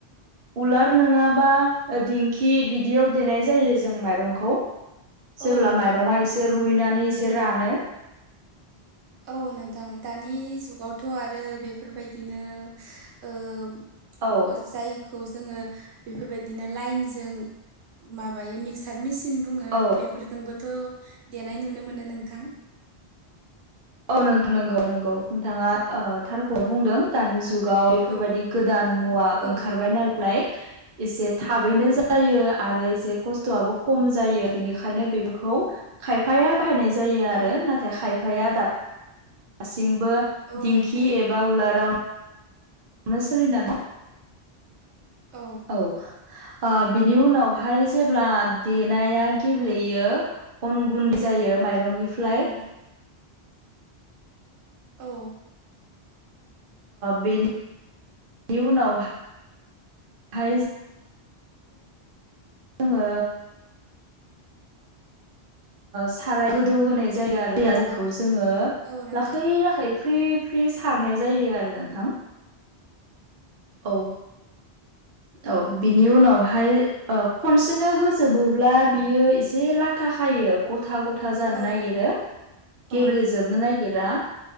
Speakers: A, on the right; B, on the right.
A: उलार नङाबा दिंखि बिदियाव देनाय जायो जों माइरंखौ जेब्ला
B: औ नोंथां
A: माइरङा एसे रुइनानै एसे रानो
B: औ नोंथां दानि जुगावथ' आरो बेफोरबायदिनो ओ
A: औ
B: <unintelligible> खौ जोङो बेफोरबायदिनो लाइनजों माबायो मिक्सार मिसिन बुङो
A: औ
B: बेफोरजोंबोथ' देनाय नुनो मोनो नोंथां।
A: औ नंगौ-नंगौ नोंथाङा थारखौ बुंदों। दानि जुगाव बेफोरबायदि
B: औ
A: गोदान मुवा
B: औ
A: ओंखारबाय नालाय एसे थाबैनो जायो आरो एसे खस्थ'आबो खम जायो बिनिखायनो बेफोरखौ खायफाया बाहायनाय जायो
B: औ
A: आरो नाथाय खायफाया दासिमबो
B: औ
A: दिंखि
B: नोंथां
A: एबा उलाराव नो सोलिना दं।
B: औ
A: औ बिनि उनावहाय जेब्ला देनाया गेब्लेयो अन गुन्दै जायो माइरंनिफ्राय
B: <inaudible> औ
A: बेनि उनावहाय जोङो साराय गोदौ होनाय जायो आरो अनखौ जोङो
B: औ नोंथां
A: लाखै लाखै फ्रि फ्रि सारनाय जायो आरो नोंथां। औ औ बिनि उनावहाय खनसेनो होजोबोब्ला बियो एसे लाथा खायो। गथा गथा जानो
B: औ
A: नागिरो गेब्लेेजोबनो
B: औ
A: नागिरा